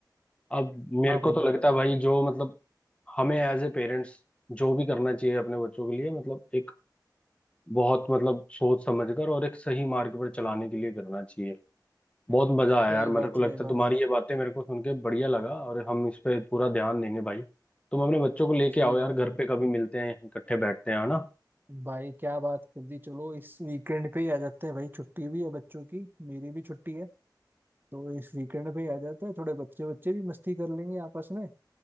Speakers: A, on the left (about 15°); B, on the right (about 25°).
A: अब मेरे
B: हाँ भाई
A: को तो लगता है भाई जो मतलब हमें एज ए पेरेंट्स जो भी करना चाहिए अपने बच्चों के लिए मतलब एक बहुत मतलब सोच समझकर और एक सही मार्ग पर चलाने के लिए करना चाहिए बहुत मजा आया
B: सही
A: यार मेरे
B: बात
A: को
B: सही
A: लगता है
B: बात
A: तुम्हारी
B: भाई
A: ये बातें मेरे को सुन के बढ़िया लगा और हम इस पे पूरा ध्यान देंगे भाई तुम अपने बच्चों को लेके
B: सही
A: आओ यार
B: बात
A: घर
B: भाई
A: पे कभी मिलते हैं इकट्ठे बैठते हैं है ना
B: भाई क्या बात कर दी चलो इस वीकेंड पे ही आ जाते हैं भाई छुट्टी भी है बच्चों की मेरी भी छुट्टी है तो इस वीकेंड पे ही आ जाते हैं थोड़े बच्चे बच्चे भी मस्ती कर लेंगे आपस में